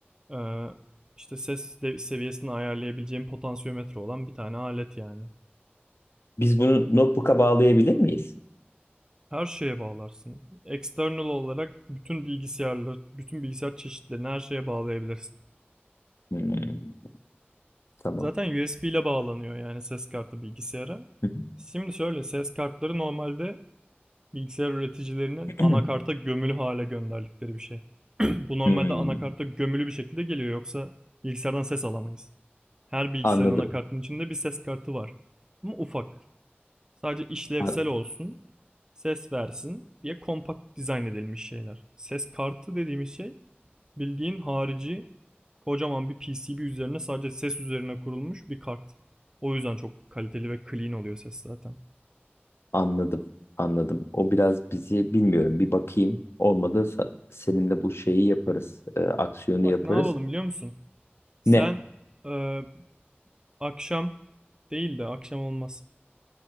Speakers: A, on the right; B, on the left.
A: eee, işte ses de seviyesini ayarlayabileceğin potansiyometre olan bir tane alet yani.
B: Biz bunu notebook'a bağlayabilir miyiz?
A: Her şeye bağlarsın. External olarak bütün bilgisayarları, bütün bilgisayar çeşitlerini her şeye bağlayabilirsin.
B: Hmm, tamam.
A: Zaten USB ile bağlanıyor yani ses kartı bilgisayara.
B: Hı hı.
A: Şimdi şöyle ses kartları normalde bilgisayar üreticilerinin
B: <clears throat>
A: anakarta gömülü hale gönderdikleri bir şey. <clears throat> <laughs> Bu normalde
B: Hmm,
A: anakarta gömülü bir şekilde geliyor yoksa bilgisayardan ses alamayız. Her bilgisayarın
B: anladım.
A: anakartının içinde bir ses kartı var. Ama ufak. Sadece işlevsel
B: A-
A: olsun, ses versin diye kompakt dizayn edilmiş şeyler. Ses kartı dediğimiz şey bildiğin harici kocaman bir PCB üzerine sadece ses üzerine kurulmuş bir kart. O yüzden çok kaliteli ve clean oluyor ses zaten.
B: anladım. Anladım. O biraz bizi bilmiyorum. Bir bakayım. Olmadı sa- seninle bu şeyi yaparız. e, aksiyonu
A: Bak
B: yaparız.
A: ne yapalım biliyor musun? Sen
B: Ne?
A: e, akşam değil de akşam olmaz.